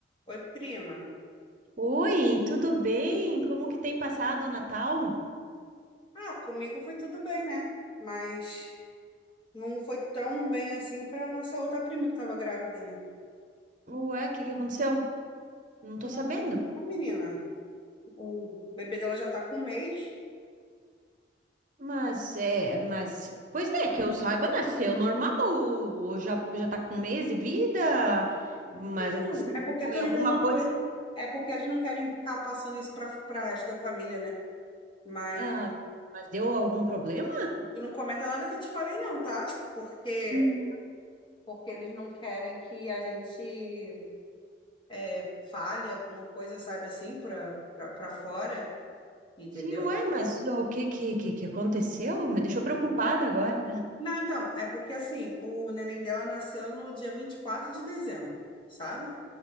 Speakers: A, on the left; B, on the right.
A: Oi, prima.
B: Oi, tudo bem? Como que tem passado o Natal?
A: Ah, comigo foi tudo bem, né? Mas não foi tão bem assim pra nossa outra prima que tava grávida, né?
B: Ué, o que que aconteceu? Não tô
A: Tu
B: sabendo.
A: não... Ah, menina, o bebê dela já tá com um mês.
B: Mas é, mas pois é, que eu saiba, nasceu normal, ou já já tá com um mês de vida, mas
A: Não,
B: assim,
A: é porque
B: foi
A: tu ainda
B: alguma
A: não
B: coisa.
A: foi. É porque eles não querem ficar passando isso pra, pra resto da família, né? Mas
B: Ah, mas deu algum problema?
A: tu não comenta nada que eu te falei, não, tá? Porque,
B: Hum,
A: porque eles não querem que a gente é, fale alguma coisa, sabe assim, pra, pra, pra fora, entendeu?
B: Sim, ué, mas o que que que que aconteceu? Me deixou preocupada agora.
A: Não, então, é porque assim, o neném dela nasceu no dia 24 de dezembro, sabe?